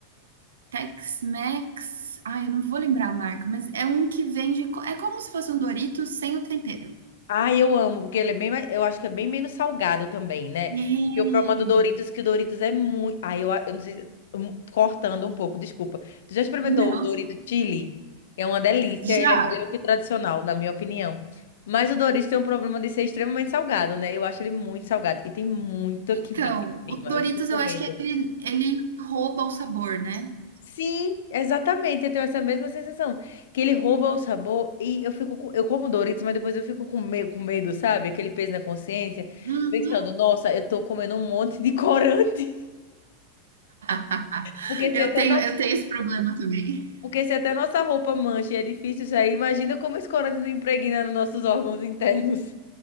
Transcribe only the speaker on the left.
Ah, eu amo, porque ele é bem mais, eu acho que é bem menos salgado também, né?
E o problema do Doritos, que o Doritos é muito. Ah, eu, a- eu não sei. se- hum, Cortando um pouco, desculpa. Tu já experimentou
o Dorito Chili? É uma delícia,
ele é melhor que o tradicional, na minha opinião. Mas o Doritos tem um problema de ser extremamente salgado, né? Eu acho ele muito salgado. E tem muita
química em
cima.
Eu fico com
medo.
Sim, exatamente. Eu tenho essa mesma sensação. Que ele rouba o sabor e eu fico com- eu como Doritos, mas depois eu fico com medo, com medo, sabe? Aquele peso na consciência,
pensando, nossa, eu tô comendo um monte de corante.
<laughs> Porque
se até
não,
porque se até nossa roupa mancha e é difícil sair, imagina como esse corante não impregna nos nossos órgãos internos.